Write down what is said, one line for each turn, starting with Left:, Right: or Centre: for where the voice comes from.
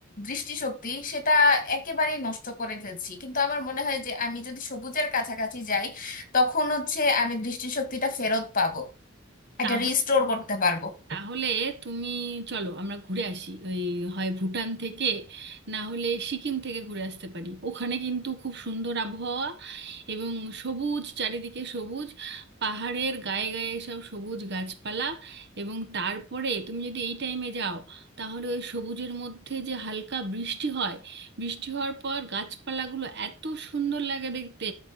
Left: দৃষ্টিশক্তি সেটা একেবারেই নষ্ট করে ফেলছি কিন্তু আমার মনে হয় যে আমি যদি সবুজের কাছাকাছি যাই তখন হচ্ছে আমি দৃষ্টিশক্তিটা ফেরত পাবো এটা
Right: তাহলে
Left: রিস্টোর করতে পারবো
Right: তাহলে তুমি চলো আমরা ঘুরে আসি ওই হয় ভুটান থেকে না হলে সিকিম থেকে ঘুরে আসতে পারি ওখানে কিন্তু খুব সুন্দর আবহাওয়া এবং সবুজ চারিদিকে সবুজ পাহাড়ের গায়ে গায়ে সব সবুজ গাছপালা এবং তারপরে তুমি যদি এই টাইমে যাও তাহলে ওই সবুজের মধ্যে যে হালকা বৃষ্টি হয় বৃষ্টি হওয়ার পর গাছপালাগুলো এত সুন্দর লাগে দেখতে